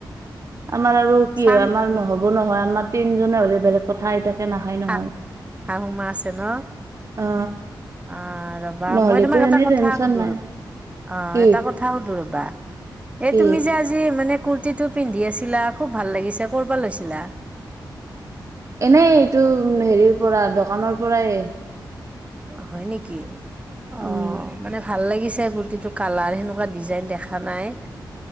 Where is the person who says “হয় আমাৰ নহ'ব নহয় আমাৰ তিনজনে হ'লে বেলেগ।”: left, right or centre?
Right